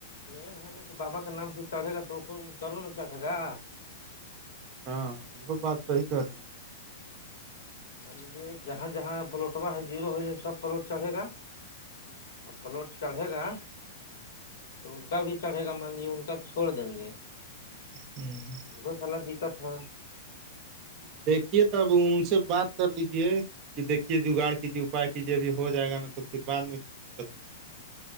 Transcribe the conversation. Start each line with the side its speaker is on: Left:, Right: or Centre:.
Left: مین ہے نا کہ بابا کے نام سے چڑھے گا تو کروں ن چڑھے گا
Right: ہاں یہ بات صحیح کر رہے ہیں
Left: مان لیجیے جہاں جہاں پلٹوا ہے جیرو ہو سب پلاٹ چڑھے گا ا پلوٹ چڑھے گا تو ان کا بھی چڑھے گا مان لیے ان کا چھوڑ دیں گے
Right: ہوں
Left: بہت سالا دقت تھا
Right: دیکھیے ت اب ان سے بات کر لیجے کہ دیکھیے جگاڑ کیجے اپاائے کیجیے اب ہو جائے گا نا تو پھرعد میں پھر دقت ہوگی